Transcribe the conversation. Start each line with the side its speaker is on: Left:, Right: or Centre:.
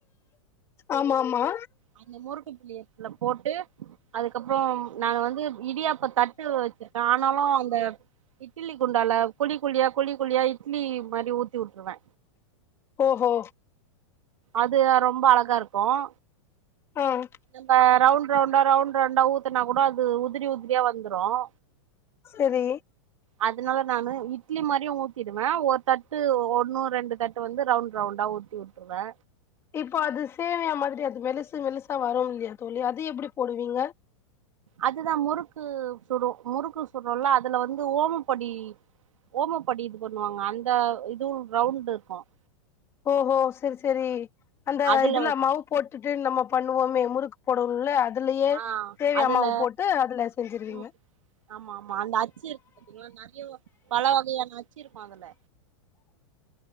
Left: ஆமா ஆமா
Right: அந்த முறுக்கு புளியத்துல போட்டு அதுக்கப்றோ நானு வந்து இடியாப்ப தட்டு வச்ச ஆனாலும் அந்த இட்டிலி குண்டால கொழி குழியா கொழி குழியா இட்லி மாரி ஊத்தி விட்ருவே
Left: ஓ ஹோ
Right: அது ரொம்ப அழகா இருக்கும்
Left: ம்
Right: நம்ம ரவுண்ட் ரவுண்டா ரவுண்ட் ரவுண்டா ஊத்தனா கூட அது உதிரி உதிரியா வந்துரும்
Left: சரி
Right: அதனால நானு இட்லி மாரியும் ஊத்திடுவே ஒரு தட்டு ஒன்னு ரெண்டு தட்டு வந்து ரவுண்ட் ரவுண்டா ஊத்தி விட்டுருவே
Left: இப்போ அது சேமியா மாதிரி அது மெலசு மெலசா வரும் இல்லையா தோழி அது எப்டி போடுவீங்க
Right: அதுதா முறுக்கு சுடும் முறுக்கு சுடும்ல அதுல வந்து ஓமப்படி ஓமப்படி இது பண்ணுவாங்க அந்த இது ரவுண்ட் இருக்கும்
Left: ஓஹோ சரி சரி அந்த
Right: அதுல
Left: இதுல
Right: வச்
Left: மவுத் போட்டுட்டு நம்ம பண்ணுவோமே முறுக்கு போடுவோல்ல அது அதுலயே
Right: ஆ
Left: சேவயா
Right: அதுல
Left: மாவு போட்டு அதுல செஞ்சிருவீங்க
Right: ம் ஆமா ஆமா அந்த அச்சு இருக்கும் பாத்தீங்கன்னா நிறைய பல வகையான அச்சு இருக்கும் அதுல